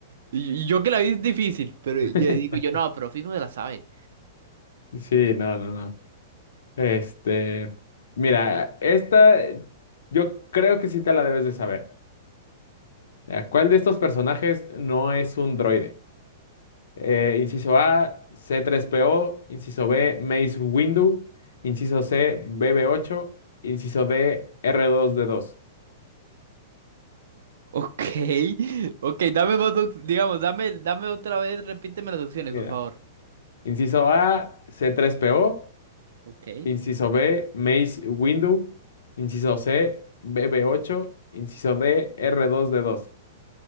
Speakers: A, on the right; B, on the left.
A: Y, y yo que la vi es difícil, pero
B: <laughs>
A: yo digo yo, no, pero fijo se la sabe.
B: Sí, no, no, no. Este, mira, esta yo creo que sí te la debes de saber. Eh, ¿Cuál de estos personajes no es un droide? Eh, inciso A, c tres P O. inciso B, Mace Windu, inciso C, B B ocho. inciso D, r dos d dos.
A: Ok, <laughs> ok, dame más, op- digamos, dame, dame otra vez, repíteme las opciones,
B: Mira,
A: por favor.
B: inciso A, c tres P O.
A: Ok.
B: inciso B, Mace Windu, inciso C, B B ocho. inciso D, r dos d dos.